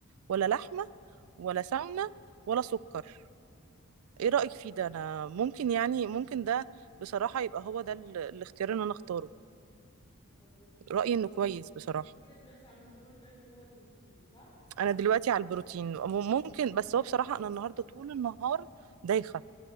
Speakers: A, on the right; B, on the left.
A: ولا لحمة ولا سمنة ولا سكر ايه رأيك فيه ده انا ممكن يعني ممكن ده بصراحة يبقى هو ده ال- الاختيار اللي انا اختاره
B: طب بصي بما
A: رأيي انه
B: انك
A: كويس بصراحة
B: انت كده دلوقتي على نظام الدايت اللي هو البروتين صح
A: انا دلوقتي على البروتين م- ممكن بس هو بصراحة انا النهاردة طول النهار دايخة